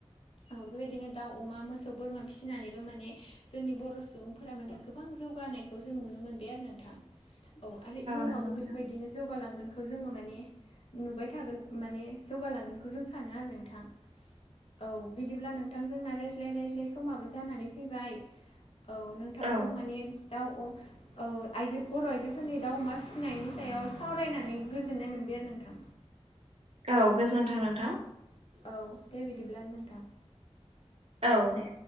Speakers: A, on the left; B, on the right.
A: ओ बेबायदिनो दाउ अमा मोसौ बोरमा फिसिनानैबो माने जोंनि बर' सुबुंफोरा माने गोबां जौगानायखौ जों नुनो मोनबाय आरो नोंथां। औ आरो इयुनावबो
B: नंगौ नोंथां
A: बेफोरबायदिनो जौगालांगोन खौ जोङो माने नुबाय थागोन माने जौगालांगोनखौ जों सानो आरो नोंथां। औ बिदिब्ला नोंथां जोंना रायज्लाय रायज्लाय समाबो जानानै फैबाय औ नों थांजों
B: औ
A: माने दाउ औ आइजो बर' आइजोफोरनि दाउ अमा फिसिनायनि सायाव सावरायनानै गोजोननाय मोनबाय आरो नोंथां।
B: औ गोजोन्थों नोंथां।
A: औ दे बिदिब्लालाय नोंथां।
B: औ दे।